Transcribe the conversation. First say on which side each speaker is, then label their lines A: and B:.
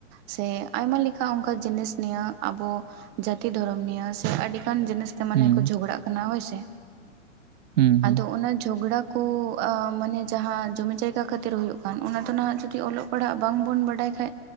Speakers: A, on the right; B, on the right.
A: ᱥᱮ ᱟᱭᱢᱟ ᱞᱮᱠᱟ ᱚᱱᱠᱟ ᱡᱤᱱᱤᱥ ᱱᱤᱭᱟᱹ ᱟᱵᱚ ᱡᱟᱹᱛᱤ ᱫᱷᱚᱨᱚᱢ ᱱᱤᱭᱟ ᱥᱮ ᱟᱹᱰᱤᱜᱟᱱ ᱡᱤᱱᱤᱥᱛᱮ ᱢᱟᱱᱮ
B: ᱦᱩᱸ
A: ᱠᱚ ᱡᱷᱚᱜᱽᱟᱜ ᱠᱟᱱᱟ ᱦᱳᱭᱥᱮ
B: ᱦᱩᱸ ᱦᱩᱸ
A: ᱟᱫᱚ ᱚᱱᱟ ᱡᱷᱚᱜᱽᱲᱟ ᱠᱚ ᱟ ᱢᱟᱱᱮ ᱡᱟᱦᱟᱸ ᱡᱚᱢᱤ ᱡᱟᱭᱜᱟ ᱠᱷᱟᱹᱛᱤᱨ ᱦᱩᱭᱩᱜ ᱠᱟᱱ ᱚᱱᱟ ᱫᱚ ᱱᱟᱦᱟᱜ ᱡᱩᱫᱤ ᱚᱞᱚᱜ ᱯᱟᱲᱦᱟᱜ ᱵᱟᱝ ᱵᱚᱱ ᱵᱟᱰᱟᱭ ᱠᱟᱷᱡ